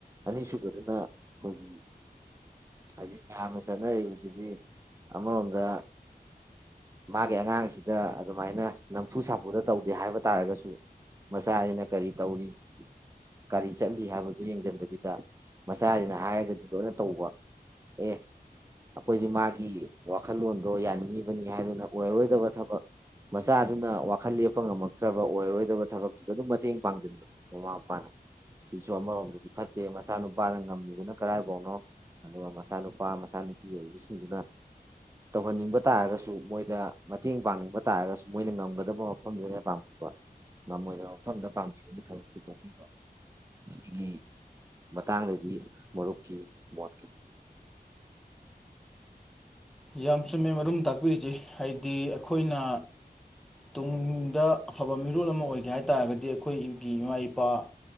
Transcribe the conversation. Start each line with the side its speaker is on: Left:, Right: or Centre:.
Right: ꯑꯅꯤꯁꯨꯕꯗꯅ ꯑꯩꯈꯣꯏꯒꯤ ꯍꯧꯖꯤꯛ ꯃꯌꯥꯝꯅ ꯆꯠꯅꯔꯤꯕꯁꯤꯗꯤ ꯑꯃꯔꯣꯝꯗ ꯃꯥꯒꯤ ꯑꯉꯥꯡꯁꯤꯗ ꯑꯗꯨꯃꯥꯏꯅ ꯅꯝꯐꯨ ꯁꯥꯐꯨꯗ ꯇꯧꯗꯦ ꯍꯥꯏꯕ ꯇꯥꯔꯒꯁꯨ ꯃꯆꯥꯁꯤꯅ ꯀꯔꯤ ꯇꯧꯔꯤ ꯀꯔꯤ ꯆꯠꯂꯤ ꯍꯥꯏꯕꯗꯨ ꯌꯦꯡꯁꯤꯟꯗꯕꯤ ꯃꯆꯥꯁꯤꯅ ꯍꯥꯏꯔꯒꯗꯤ ꯂꯣꯏꯅ ꯇꯧꯕ ꯑꯦ ꯑꯩꯈꯣꯏꯗꯤ ꯃꯥꯒꯤ ꯋꯥꯈꯜꯂꯣꯟꯗꯣ ꯌꯥꯅꯤꯡꯉꯤꯕꯅꯤ ꯍꯥꯏꯗꯨꯅ ꯑꯣꯏꯔꯔꯣꯏꯗꯕ ꯊꯕꯛ ꯃꯆꯥꯗꯨꯅ ꯋꯥꯈꯜ ꯂꯦꯞꯄ ꯉꯝꯃꯛꯇ꯭ꯔꯕ ꯑꯣꯏꯔꯔꯣꯏꯗꯕ ꯊꯕꯛꯇꯨꯗ ꯑꯗꯨꯝ ꯃꯇꯦꯡ ꯄꯥꯡꯁꯤꯟꯕꯗꯣ ꯃꯃꯥ ꯃꯄꯥꯅ ꯁꯤꯁꯨ ꯑꯃꯔꯣꯝꯗꯗꯤ ꯐꯠꯇ ꯅꯠꯇꯦ ꯃꯆꯥꯅꯨꯄꯥꯅ ꯉꯝꯃꯤꯕꯅ ꯀꯔꯥꯏꯐꯥꯎꯅꯣ ꯑꯗꯨꯒ ꯃꯆꯥꯅꯨꯄꯥ ꯃꯆꯥꯅꯨꯄꯤ ꯑꯣꯏꯔꯤꯕꯁꯤꯡꯗꯨꯅ ꯇꯧꯍꯟꯅꯤꯡꯕ ꯇꯥꯔꯒꯁꯨ ꯃꯣꯏꯗ ꯃꯇꯦꯡ ꯄꯥꯡꯅꯤꯡꯕ ꯇꯥꯔꯒꯁꯨ ꯃꯣꯏꯅ ꯉꯝꯒꯗꯕ ꯃꯐꯝꯗ ꯑꯣꯏꯅ ꯄꯥꯡꯕꯤꯕ ꯃꯣꯏꯅ ꯃꯐꯝꯗ ꯄꯥꯡꯝꯕꯤꯕꯒꯤ ꯊꯕꯛꯁꯤ ꯇꯣꯛꯄꯤꯕ ꯁꯤꯒꯤ ꯃꯇꯥꯡꯗꯗꯤ ꯃꯔꯨꯞꯀꯤ ꯣꯠꯈꯤ
Centre: ꯌꯥꯝ ꯆꯨꯝꯃꯦ ꯃꯔꯨꯝ ꯇꯥꯛꯄꯤꯔꯤꯁꯦ ꯍꯥꯏꯗꯤ ꯑꯩꯈꯣꯏꯅ ꯇꯨꯡꯗ ꯑꯐꯕ ꯃꯤꯔꯣꯜ ꯑꯃ ꯑꯣꯏꯒꯦ ꯍꯥꯏꯇꯥꯥꯔꯒꯗꯤ ꯑꯩꯈꯣꯏꯒꯤ ꯏꯃꯥ ꯏꯄꯥ